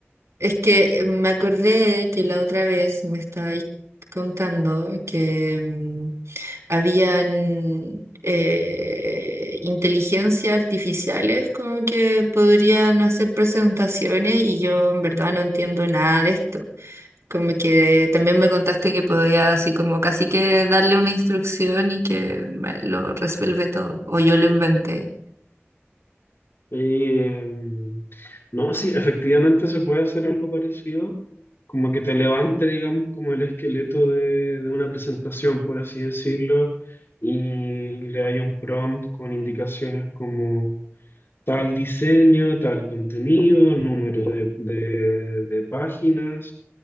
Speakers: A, on the right (about 85°); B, on the left (about 55°).
A: es que me acordé que la otra vez me estabais contando que mm, habían eh, inteligencias artificiales como que podrían hacer presentaciones y yo en verdad no entiendo nada de esto. Como que también me contaste que podía así como casi que darle una instrucción y que me lo resuelve todo, o yo lo inventé.
B: Eh, mm, no, sí, efectivamente se puede hacer algo parecido, como que te levante, digamos, como el esqueleto de, de una presentación, por así decirlo, y le haya un prompt con indicaciones como... tal diseño, tal contenido, número de, de- de páginas,